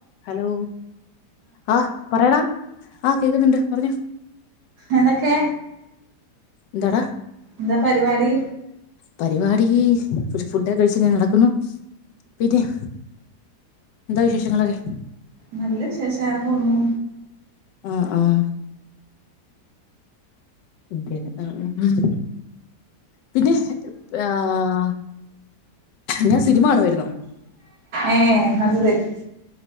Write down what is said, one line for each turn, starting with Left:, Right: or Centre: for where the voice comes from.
Left: Hello ആഹ് പറെടാ ആഹ് കേക്ക്ന്ന്ണ്ട് പറഞ്ഞോ.
Right: ഏതെക്കെ
Left: എന്തടാ?
Right: എന്താ പരിവാടി?
Left: പരിവാടി ഒര് ഫുഡൊക്കെ കഴിച് ങ്ങനെ നടക്കുന്നു <unintelligible> എന്താ വിശേഷങ്ങളൊക്കെ?
Right: നല്ല വിശേഷാ അങ്ങനെ പോവുന്നു.
Left: ആഹ് ആഹ് അത് ശെരി ആഹ് ആഹ് പിന്നെ ഏഹ് ഞാൻ സിനിമ കാണുവായിരുന്നു.
Right: ഏഹ് അത് സെരി